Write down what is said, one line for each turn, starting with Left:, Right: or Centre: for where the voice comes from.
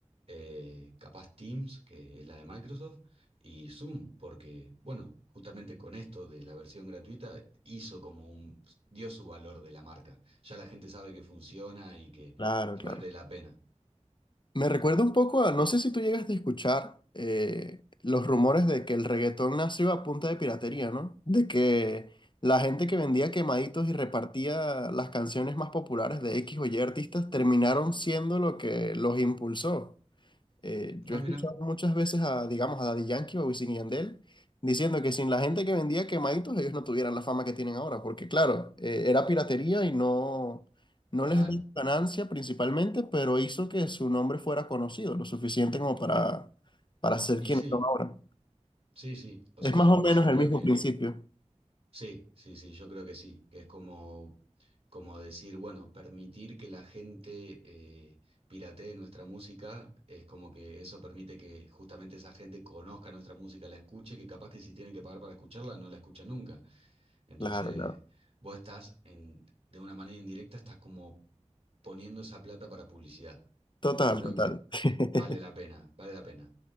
Right: eh, capaz Teams, que es la de Microsoft, y Zoom, porque, bueno, justamente con esto de la versión gratuita hizo como un, dio su valor de la marca. Ya la gente sabe que funciona y que,
Left: Claro,
Right: que
Left: claro.
Right: vale la pena.
Left: Me recuerda un poco a, no sé si tú llegaste a escuchar eh, los rumores de que el reggaetón nació a punta de piratería, ¿no? De que la gente que vendía quemaditos y repartía las canciones más populares de X o Y artistas terminaron siendo lo que los impulsó. Eh, yo
Right: Ah,
Left: he escuchado
Right: mira,
Left: muchas veces a, digamos, a Daddy Yankee o a Wisin y Yandel diciendo que sin la gente que vendía quemaditos ellos no tuvieran la fama que tienen ahora, porque claro, eh, era piratería y no, no
Right: claro.
Left: les dio ganancia principalmente, pero hizo que su nombre fuera conocido lo suficiente como para, para ser
Right: Y
Left: quienes
Right: sí,
Left: son ahora.
Right: sí, sí. O
Left: Es
Right: sea,
Left: más o
Right: yo
Left: menos el
Right: creo
Left: mismo
Right: que
Left: principio.
Right: Sí, sí, sí, yo creo que sí, que es como, como decir, bueno, permitir que la gente eh, piratee nuestra música, es como que eso permite que justamente esa gente conozca nuestra música, la escuche, que capaz que si tiene que pagar para escucharla, no la escucha nunca. Entonces,
Left: Claro, claro.
Right: vos estás en, de una manera indirecta, estás como poniendo esa plata para publicidad.
Left: Total,
Right: Yo creo
Left: total.
Right: que vale
Left: <laughs>
Right: la pena, vale la pena.